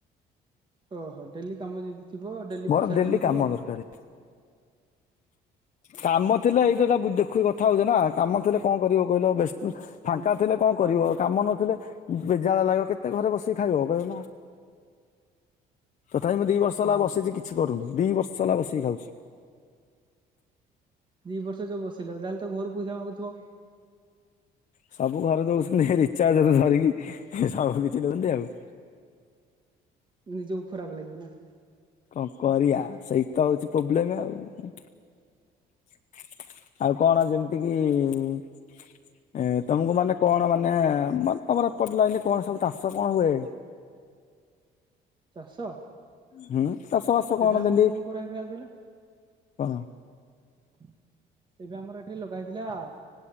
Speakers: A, on the right; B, on the left.
A: ଓହୋ ଡେଲି କାମ ଯଦି ଥିବ, ଡେଲି
B: ମୋର
A: ପୋଷାକି ହଉଥିବ।
B: କାମ <inaudible> <inaudible> କାମ
A: ଓହୋ
B: ଥିଲେ ଏଇ ଯୋଉଟା ଦେଖୁି କଥା ହଉଛ ନା କାମ ଥିଲେ କଣ କରିବ କହିଲ ବ୍ୟସ୍ତ ଫାଙ୍କା
A: ହୁଁ
B: ଥିଲେ କଣ କରିବ କାମ ନଥିଲେ ବେଜାଳିଆ ଲାଗିବ, କେତେ ଘରେ ବସିକି ଖାଇବ କହୁନ। ତଥାପି ମୁଁ ଦି ବର୍ଷ
A: ହୁଁ
B: ହେଲା ବସିଛି କିଛି କରୁନି, ଦି ବର୍ଷ ହେଲା ବସିକି ଖାଉଛି।
A: ଦି ବର୍ଷ ଯୋଉ ବସି ରହିଲ ତାହେଲେ ତ ଘରୁ ପଇସା ମାଗୁଥିବ।
B: ସବୁ ଘରେ ଦଉଛନ୍ତି ରିଚାର୍ଜକୁ ଛାଡିକି ସବୁ କିଛି ଦଉଛନ୍ତି ଆଉ।
A: ନିଜକୁ ଖରାପ ଲାଗିବ ନା।
B: କଣ କରିଆ ସେଇତ ହଉଛି ପ୍ରୋବ୍ଲେମ ଆଉ। <inaudible> ଆଉ କଣ ଯେମିତିକିି ଏ ତୁମକୁ ମାନେ କଣ ମାନେ ମାନେ ତମର ଏପଟ ଲାଇନ କଣ ସବୁ ଚାଷ କଣ ହୁଏ?
A: ଚାଷ?
B: ହୁଁ ଚାଷ ବାସ କଣ
A: ଏବେ ଆମର
B: ଦେଲି
A: କରାହେଇଥିଲା କହିଲ
B: <inaudible> କଣ
A: <inaudible> ଏବେ ଆମର ଏଠି ଲଗା ହେଇଥିଲା।